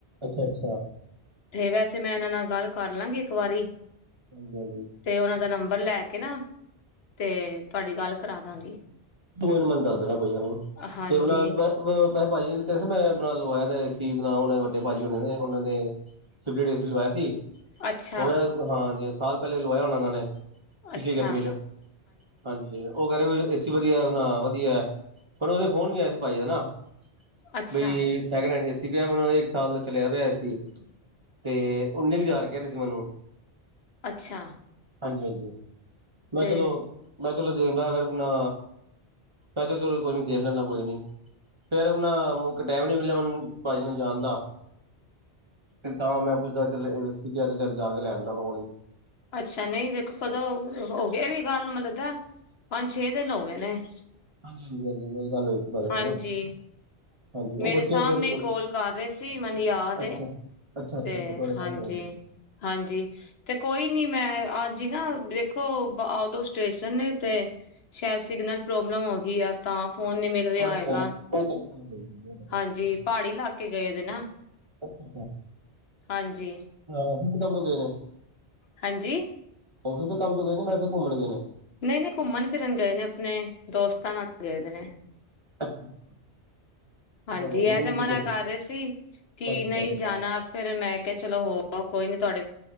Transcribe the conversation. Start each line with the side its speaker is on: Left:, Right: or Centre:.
Right: ਅੱਛਾ ਅੱਛਾ
Left: ਥੇ ਵੈਸੇ ਮੈਂ ਏਨਾਂ ਨਾਲ ਗੱਲ ਕਰ ਲਾਂਗੀ ਇੱਕ ਵਾਰੀ
Right: ਹਾਂਜੀ ਹਾਂਜੀ
Left: ਤੇ ਉਹਨਾਂ ਦਾ ਨੰਬਰ ਲੈ ਕੇ ਨਾ ਤੇ ਤੁਹਾਡੀ ਗੱਲ ਕਰਾ ਦਾਂਗੀ।
Right: ਤੂੰ ਏਨੂੰ ਮੈਨੂੰ ਦੱਸ ਦੇਣਾ ਕੋਈ ਗੱਲ ਨੀ
Left: ਹਾਂਜੀ
Right: ਤੇ ਅਪਣਾ <unintelligible> ਵੈਸ ਭਾਜੀ ਨੂੰ ਕੇਨਾ ਸੀ ਮੈਂ ਲਵਾਇਆ ਦਾ ਏ ਸੀ ਅਪਣਾ ਓਨੇ ਵੱਡੇ ਭਾਜੀ ਓਨਾਂ ਨੇ ਓਨਾ ਨੇ ਸਪਲਿੱਟ ਏਸੀ ਲਵਾਇਆ ਸੀ
Left: ਅੱਛਾ
Right: ਹੋ ਗਿਆ ਹਾਂਜੀ ਸਾਲ ਪਹਿਲੇ ਲਵਾਇਆ ਹੋਣਾ ਓਨਾ ਨੇ ਪਿਛਲੀ
Left: ਅੱਛਾ
Right: ਗਰਮੀ ਚ ਹਾਂਜੀ। ਓ ਕੈ ਰੇ ਵੀ ਏ ਸੀ ਵਧੀਆ ਐ ਨਾ ਵਧੀਆ ਹੁਣ ਓਦੇ ਫੋਨ ਵੀ ਆਇਆ ਸੀ ਪਾਜੀ ਦਾ ਨਾ
Left: ਅੱਛਾ
Right: ਬਈ ਸੈਕਿੰਡ ਹੈਂਡ ਏ ਸੀ ਪਿਆ ਮੈ ਇੱਕ ਸਾਲ ਦਾ ਚਲਿਆ ਪਿਆ ਸੀ, ਤੇ ਓਨੀ ਕੁ ਹਜ਼ਾਰ ਕੇਹ ਰਹੀ ਸੀ ਮੈਨੂੰ।
Left: ਅੱਛਾ।
Right: ਹਾਂਜੀ-ਹਾਂਜੀ ਮੈਂ
Left: ਤੇ
Right: ਚਲੋ, ਮੈਂ ਚਲੋ ਦੇਖਦਾ ਫਿਰ ਅਪਣਾ ਮੈਂ ਚਲ ਚਲੋ ਕੋਈ ਨੀ ਦੇਖ ਲੈਨਾ ਕੋਈ ਨੀ। ਫਿਰ ਆਪਣਾ ਮੁੱਕ ਟੈਮ ਨੀ ਮਿਲਿਆ ਮੈਨੂੰ, ਭਾਜੀ ਨੂੰ ਜਾਣ ਦਾ, ਤੇ ਤਾਂ ਮੈਂ ਪੁੱਛਦਾ ਚੱਲ <unintelligible> ਜਾ ਕੇ ਲੈਣਦਾ ਉਹਨਾਂ ਕੋਲ ਹੀ।
Left: ਅੱਛਾ, ਨਹੀਂ ਦੇਖੋ ਕਦੋ? ਹੋ ਗਏ ਏਹ ਵੀ ਗੱਲ ਨੂੰ ਮੈਨੂੰ ਲੱਗਦਾ ਪੰਜ ਛੇ ਦਿਨ ਹੋ ਗਏ ਨੇ।
Right: ਹਾਂਜੀ-ਹਾਂਜੀ ਮੇਰੀ ਗੱਲ ਹੋਈ ਸੀ
Left: ਹਾਂਜੀ
Right: <unintelligible> ਉਹ
Left: ਮੇਰੇ
Right: ਬੱਚੇ
Left: ਸਾਹਮਣੇ
Right: ਫਿਰ
Left: ਕੋਲ ਕਰ ਰਹੇ ਸੀ ਮੈਨੁੂੰ ਯਾਦ
Right: ਅੱਛਾ
Left: ਏ।
Right: ਅੱਛਾ ਅੱਛਾ
Left: ਤੇ
Right: ਅੱਛਾ ਤੁਹਾਡੇ ਸਾਹਮਣੇ
Left: ਹਾਂਜੀ,
Right: ਹੋ ਰਹੀ ਸੀ
Left: ਹਾਂਜੀ ਤੇ ਕੋਈ ਨੀ ਮੈਂ ਅੱਜ ਹੀ ਨਾ ਦੇਖੋ ਆਊਟ ਆਫ ਸਟੇਸ਼ਨ ਨੇ ਤੇ ਸ਼ਾਇਦ ਸਿਗਨਲ ਪ੍ਰੋਬਲਮ ਹੋ ਗਈ ਆ ਤਾਂ ਫੋਨ ਨਹੀਂ ਮਿਲ ਰਿਹਾ
Right: ਹਾਂਜੀ
Left: ਹੋਏਗਾ
Right: ਹਾਂਜੀ ਉਹ ਤਾਂ ਕੋਈ ਨੀ ਉਹ ਤਾਂ ਕੋਈ
Left: ਹਾਂਜੀ
Right: ਗੱਲ
Left: ਪਹਾੜੀ ਇਲਾਕੇ ਗਏ ਦੇ ਨਾ
Right: ਨੀ ਅੱਛਾ
Left: ਹਾਂਜੀ।
Right: ਔਫਿਸ ਦੇ ਕੰਮ ਤੋ ਗਏ ਨੇ?
Left: ਹਾਂਜੀ।
Right: ਔਫਿਸ ਦੇ ਕੰਮ ਤੋਂ ਗਏ ਨੇ ਵੈਸੇ ਘੁੰਮਣ ਗਏ ਨੇ?
Left: ਨਹੀਂ-ਨਹੀਂ ਘੁੰਮਣ ਫਿਰਨ ਗਏ ਨੇ, ਆਪਣੇ ਦੋਸਤਾਂ ਨਾਲ ਗਏ ਦੇ ਨੇ।
Right: <inaudible>
Left: ਹਾਂਜੀ
Right: ਚਲੋ ਕੋਈ ਨੀ
Left: ਏਹ
Right: ਮੈਨੂੰ
Left: ਤੇ ਮਨਾ
Right: ਤੁਸੀਂ ਦੱਸੋ
Left: ਕਰ ਰਹੇ ਸੀ, ਕਿ
Right: ਅੱਛਾ
Left: ਨਹੀਂ
Right: ਅੱਛਾ
Left: ਜਾਣਾ ਫੇਰ ਮੈਂ ਮੈਂ ਕਿਹਾ ਚਲੋ ਹੋ ਆਓ, ਕੋਈ ਨੀ ਤੁਹਾਡੇ